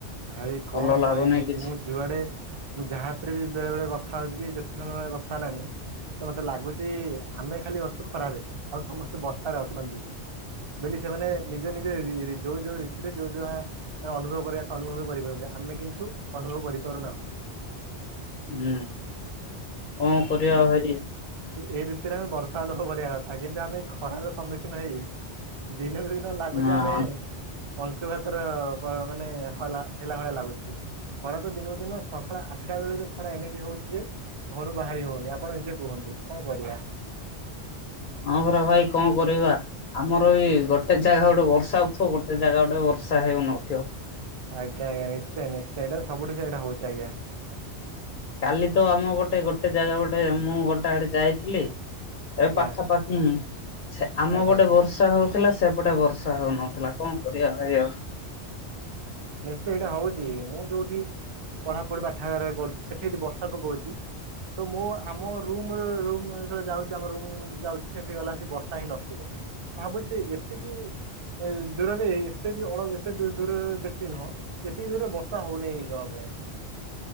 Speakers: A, on the right; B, on the left.
A: ଭାଇ କଣ
B: ଭଲ ଲାଗୁନି
A: କହିବି
B: କିଛି।
A: ମୁଁ ଯୁଆଡ଼େ। ମୁଁ ଯାହା ଥିରେ ବି ବେଳେ ବେଳେ କଥା ହଉଛି କି ଯେତେ ସମୟ ହେଲା କଥା ହେଲାଣି। ତ ମତେ ଲାଗୁଛି ଆମେ ଖାଲି ଅଛୁ ଖରାରେ ଆଉ ସମସ୍ତେ ବର୍ଷାରେ ଅଛନ୍ତି। ବେଲି ସେମାନେ ନିଯେ ନିଯେ ରି -ରି ଯୋଉ ଯୋଉ ରିତୁରେ ଯୋଉ ଯାହା ଅନୁଭବ କରିବା କଥା। ଅନୁଭବ କରିପାରନ୍ତି ଆମେ କିନ୍ତୁ ଅନୁଭବ କରିପାରୁନାହୁଁ।
B: ହୁଁ କଣ କରିବା ଆଉ ଭାଇ।
A: ଏଇ ରିତୁରେ ଆମେ ବର୍ଷା ଅନୁଭବ କରିବା କଥା କିନ୍ତୁ ଆମେ ଖରାର ସମ୍ମୁଖୀନ ହେଇ। ଦିନକୁ ଦିନ ଲାଗୁଚ
B: ହଁ
A: ଆମେ। ଅଂଶୁଘାତର ମାନେ ବ - ହଲା ହେଲା ଭଳି ଲାଗୁଛି। ଖରା ତ ଦିନକୁ ଦିନ ସକାଳ ଆଠଟା ବେଳୁକୁ ଖରା ଏମିତି ହଉଛି ଯେ। ଘରୁ ବାହାରି ହଉନି ଆପଣ ନିଜେ କୁହନ୍ତୁ କଣ କରିବା।
B: ହଁ ପରା ଭାଇ କଣ କରିବା ଆମର ଇଏ ଗୋଟେ ଜାଗା ଗୋଟେ ବର୍ଷା ହଉଥିବ ଗୋଟେ ଜାଗା ଗୋଟେ ବର୍ଷା। ବର୍ଷା ହେଉନଥିବ।
A: ଆଜ୍ଞା ଆଜ୍ଞା ନିଶ୍ଚୟ ନିଶ୍ଚୟ ଏଇଟା ତ ସବୁଠି ସେଇଟା ହଉଛି ଆଜ୍ଞା।
B: କାଲି ତ ଆମ ଗୋଟେ ଗୋଟେ ଜାଗା ଗୋଟେ ମୁଁ ଗୋଟେ <unintelligible>
A: ଆଜ୍ଞା
B: ଏ ପାଖାପାଖି ହୁଁ ସେ ଆମ
A: ଆଜ୍ଞା।
B: ପଟେ ବର୍ଷା ହଉ ଥିଲା ସେପଟେ ବର୍ଷା ହଉନଥିଲା। କଣ କରିଆ ଭାଇ ଆଉ।
A: ନିଶ୍ଚୟ ଏଇଟା ହଉଚି। ମୁଁ ଯୋଉଠି ପଢ଼ାପଢି଼ ପାଠାଗାରରେ କରୁଚି ସେଠି ଯଦି ବର୍ଷା ପକଉଚି ତ ମୁଁ ଆମ ରୁମର ରୁମ ଯେତେବେଳେ ଯାଉଛି ଆମ ରୁମ ଯାଉଛି ସେଠିକି ଗଲା ସି ବର୍ଷା ହିଁ ନଥିବ। ଭାବୁଛି ଏତକି ଦୂରରେ ଏତେ ବି ଅଳ ଏତେ। <unintelligible> ଦୂରରେ ବେଶୀ ନୁହଁ। ଏତିିକି ଜୋରରେ ବର୍ଷା ହଉନାଇ କଣ ପାଇଁ।